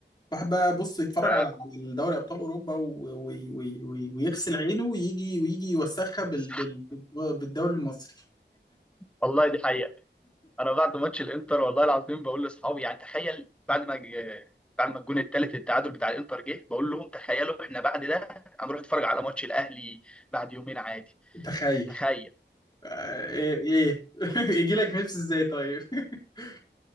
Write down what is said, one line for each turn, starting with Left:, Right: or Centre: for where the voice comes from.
Left: واحد بقى بص يتفرج
Centre: ف...
Left: على على دوري ابطال اوروبا و... و... و... ويغسل عينه ويجي ويجي يوسخها
Centre: <laughs>
Left: بال...
Centre: بس
Left: بال... بالدوري المصري
Centre: والله دي حقيقه انا بعد ماتش الانتر والله العظيم بقول لاصحابي يعني تخيل بعد ما ج- بعد ما الجون الثالث التعادل بتاع الانتر جه بقول لهم تخيلوا احنا بعد ده هنروح نتفرج على ماتش الاهلي بعد يومين عادي
Left: تخيل
Centre: يعني تخيل
Left: آه، ايه ايه <laughs> يجي لك نفس ازاي طيب <laughs>